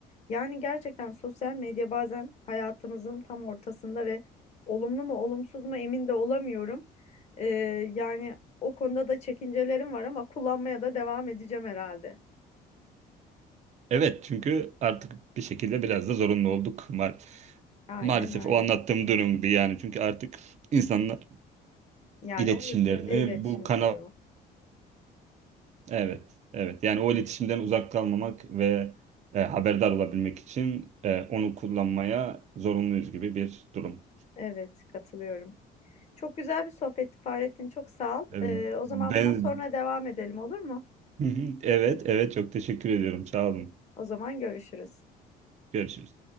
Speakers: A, on the left (about 40°); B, on the right (about 45°).
A: Yani gerçekten sosyal medya bazen hayatımızın tam ortasında ve olumlu mu olumsuz mu emin de olamıyorum. E, yani o konuda da çekincelerim var ama kullanmaya da devam edeceğim herhalde.
B: Evet çünkü artık bir şekilde biraz da zorunlu olduk ma-
A: Aynen
B: maalesef
A: öyle.
B: o anlattığım durum gibi yani çünkü artık insanlar
A: Yani
B: iletişimlerini
A: onun üstünde iletişim
B: bu kanal
A: kuruyor.
B: Evet, evet. Yani o iletişimden uzak kalmamak ve e, haberdar olabilmek için e, onu kullanmaya zorunluyuz gibi bir durum.
A: Evet, katılıyorum. Çok güzel bir sohbetti Fahrettin. Çok sağ ol.
B: E,
A: Ee, o zaman
B: ben
A: bundan sonra devam edelim olur mu?
B: <laughs> evet, evet çok teşekkür ediyorum. Sağ olun.
A: O zaman görüşürüz.
B: Görüşürüz.